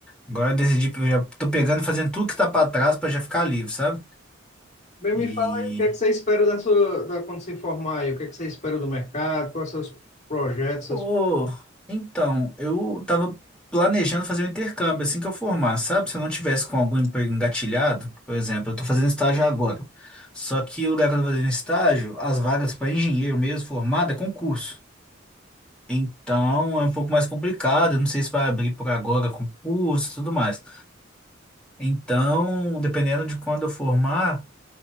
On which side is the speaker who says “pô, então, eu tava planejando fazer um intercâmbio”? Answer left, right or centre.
Centre